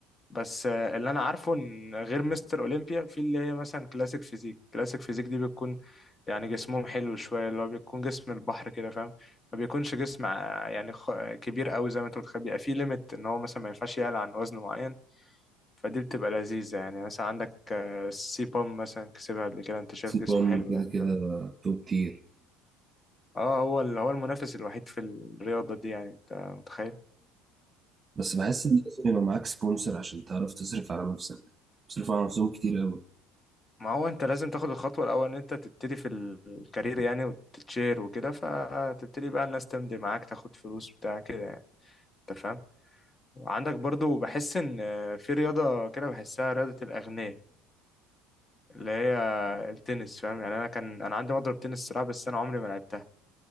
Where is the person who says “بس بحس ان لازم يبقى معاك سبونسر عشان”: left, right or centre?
Right